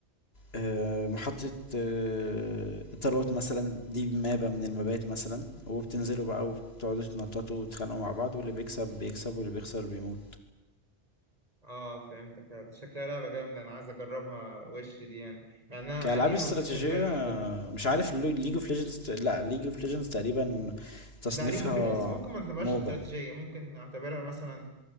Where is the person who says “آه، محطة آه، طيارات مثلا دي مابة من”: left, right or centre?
Left